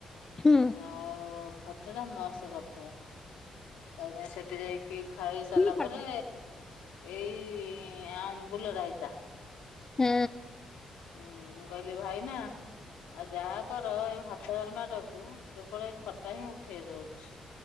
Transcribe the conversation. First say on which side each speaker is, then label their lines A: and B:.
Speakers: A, on the left; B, on the left.
A: ହୁଁ
B: ଆ ଆଉ ଖଟା ଟା ମସ୍ତ୍ କରିଥିଲା ତାପରେ ଯାଇ ସେଠି ଯାଇକି ଖାଇ ସାରିଲା
A: ହଁ
B: ପରେ ଏଇ ଆମ୍ବୁଲ ରାଇତା
A: ହୁଁ।
B: ହୁଁ ମୁଁ କହିଲି ଭାଇ ନା ଆଉ ଯାହା କର ଏଇ ଭାତ, ଡାଲମା ଟାକୁ କେବଳ ଖଟା ହିଁ ଉଠେଇ ଦଉଛି।